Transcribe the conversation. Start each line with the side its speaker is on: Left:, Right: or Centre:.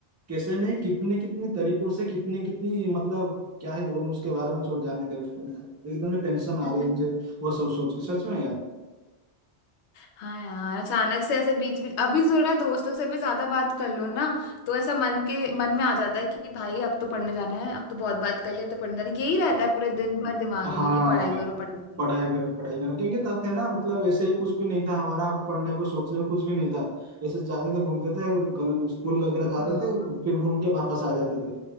Right: कैसे नहीं कितने कितने तरीकों से कितनी कितनी मतलब क्या ही बोलूं उसके बारे में छोड़ जाने दे उसको एकदम से टेंशन आ
Left: तो
Right: रही है मुझे वो सब सोच के सच में यार
Left: हाँ यार अचानक से ऐसे बीच बीच अभी जरा दोस्तों से भी ज्यादा बात कर लो ना तो ऐसा मन के मन में आ जाता है कि भाई अब तो पढ़ने जाना है अब तो बहुत बात कर ली अब तो पढ़ने जाना है यही रहता है पूरे दिन भर दिमाग
Right: हाँ
Left: में कि पढ़ाई करो पढ़ाई करो
Right: पढ़ाई करो पढ़ाई करो क्योंकि तब थे ना मतलब ऐसे ही कुछ भी नहीं था हमारा पढ़ने को सोचने को कुछ भी नहीं था ऐसे जाते थे घूमते थे कल स्कूल वगैरह जाते
Left: हाँ
Right: थे फिर घूम के वापस आ जाते थे